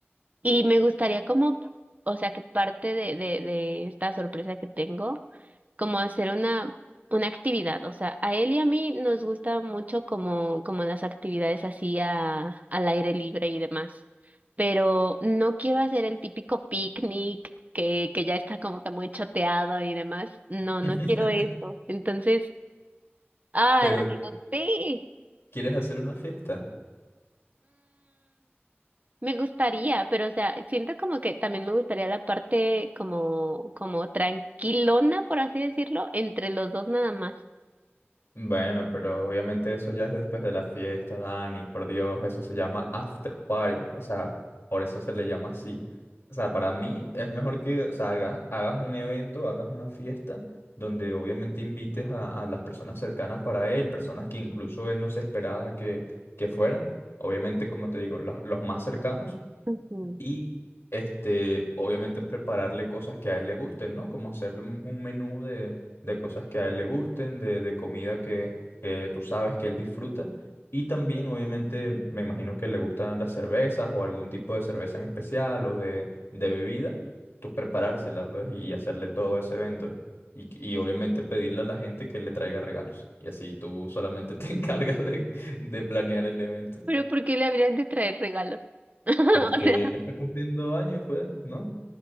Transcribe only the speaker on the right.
y me gustaría como, o sea, que parte de, de, de esta sorpresa que tengo, como hacer una, una actividad. O sea, a él y a mí nos gusta mucho como, como las actividades así a, al aire libre y demás. Pero no quiero hacer el típico picnic que, que ya está como que muy choteado y demás. No, no
quiero eso. Entonces, ah,
Dani, no sé.
Me gustaría, pero o sea, siento como que también me gustaría la parte como, como tranquilona, por así decirlo, entre los dos nada más.
Ujú.
Pero ¿por qué le habrían de traer regalos? <laughs>
O sea,